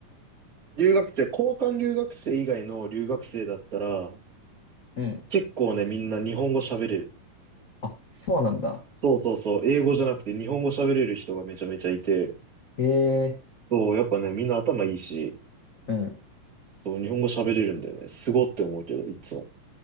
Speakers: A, on the right (about 25°); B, on the left (about 75°).
A: 留学生、交換留学生以外の留学生だったら、
B: うん。
A: 結構ね、みんな日本語喋れる。
B: あ、そうなんだ。
A: そうそうそう、英語じゃなくて日本語喋れる人がめちゃめちゃいて、
B: へえ。
A: そう、やっぱね、みんな頭いいし、
B: うん。
A: そう、日本語喋れるんだよね。すごって思うけど、いつも。